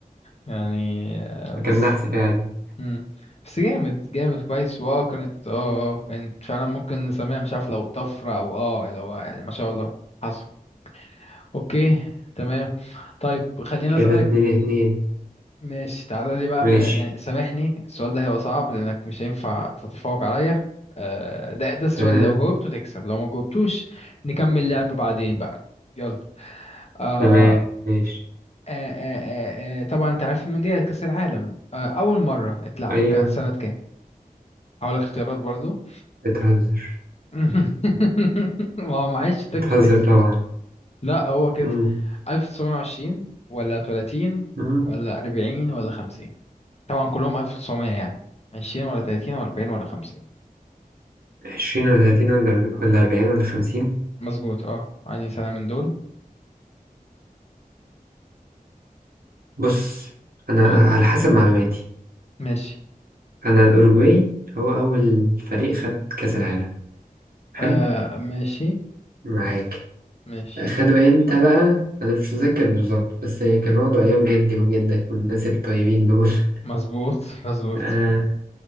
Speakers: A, on the left (about 45°); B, on the right (about 80°).
A: يعني آه،
B: فكان
A: بس
B: نحس فعلا
A: مم. بس جامد جامد كويس واه كانت اه اه كانت فعلا ممكن نسميها مش عارف لو طفرة او اه لو يعني ما شاء الله حصل اوكي تمام طيب خليني
B: كده
A: اسألك
B: اتنين اتنين
A: ماشي تعالى لي بقى
B: ماشي
A: م- يعني سامحني السؤال ده هيبقى صعب لانك مش هينفع تتفوق عليا آه، ده ده السؤال
B: تمام
A: لو جاوبته تكسب لو ما جاوبتوش نكمل لعب بعدين بقى يلا آه،
B: تمام ماشي
A: آه آه آه آه، طبعا انت عارف المونديال كأس العالم آه اول مرة اتلعب
B: ايوه
A: كان سنة كام هقول لك اختيارات برضو
B: بتهزر
A: <laughs> ما هو معلش شتاك
B: بتهزر
A: مش هتكسب
B: طبعا
A: لا هو كده
B: مم.
A: 1920 ولا 30
B: مم.
A: ولا 40 ولا 50 طبعا كلهم 1900 يعني 20 ولا 30 ولا 40 ولا 50
B: عشرين ولا تلاتين ولا أرب- ولا أربعين ولا خمسين
A: مظبوط اه يعني سنة من دول
B: بص أنا
A: قول
B: على حسب معلوماتي
A: ماشي
B: أنا الأوروجواي هو أول فريق خد كأس العالم حلو
A: آه ماشي
B: معاك
A: م- ماشي
B: خدوا انت بقى انا مش متذكر بالظبط بس كان واخده ايام جدي وجدك والناس الطيبين دول <laughs>
A: مظبوط مظبوط
B: آه
A: ف-